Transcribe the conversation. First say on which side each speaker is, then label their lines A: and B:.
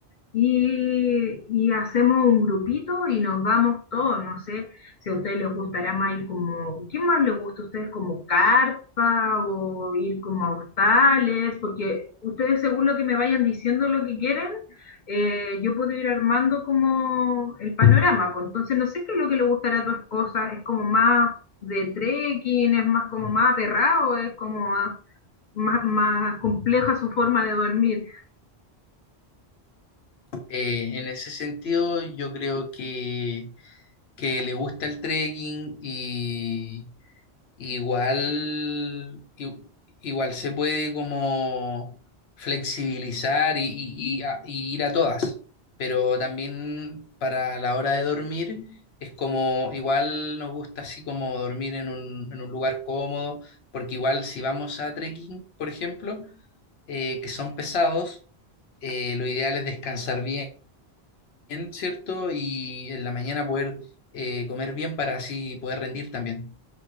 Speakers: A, on the left; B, on the left.
A: y, y hacemos un grupito y nos vamos todos. No sé si a ustedes les gustará más ir como, ¿qué más les gusta a ustedes? Como carpa o ir como a hostales, porque ustedes según lo que me vayan diciendo lo que quieren, eh, yo puedo ir armando como el panorama. Pues entonces no sé qué es lo que le gustará a tu esposa, es como más de trekking, es más como más aperrado, es como más, más más compleja su forma de dormir.
B: Eh, en ese sentido, yo creo que, que le gusta el trekking y igual, i- igual se puede como flexibilizar y, y- y a- y ir a todas, pero también para la hora de dormir es como igual nos gusta así como dormir en un, en un lugar cómodo, porque igual si vamos a trekking, por ejemplo, eh, que son pesados, eh, lo ideal es descansar bien bien, ¿cierto? Y en la mañana poder eh, comer bien para así poder rendir también.